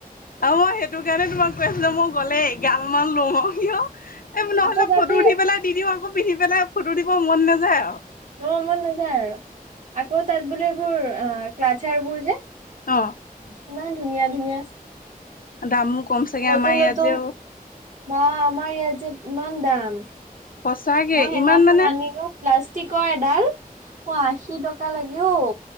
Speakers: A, on the left; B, on the right.
A: অ মই সেইটো কাৰণে তোমাক কৈ আছিলো মই গলেই এগাল মান লো ম এই নহলে
B: আকৌ তাতে
A: ফটো উঠি পেলাই দি দিও আকৌ পিন্ধি পেলাই ফটো উঠিব মন নাযায় আৰু
B: অ মন নাযায় আৰু আকৌ তাত বোলে এইবোৰ অ ক্লাছাৰ বোৰ যে ইমান
A: অ'।
B: ধুনীয়া ধুনীয়া
A: দামো কম চাগে
B: নতুন
A: আমাৰ ইয়াত
B: নতুন
A: যে
B: ম আমাৰ ইয় যে ইমান দাম
A: সঁচাকে
B: মই সেইদিনাখন
A: ইমান মানে
B: আনিলো প্লা ষ্টিকৰ এডাল অ আশী টকা লাগে অ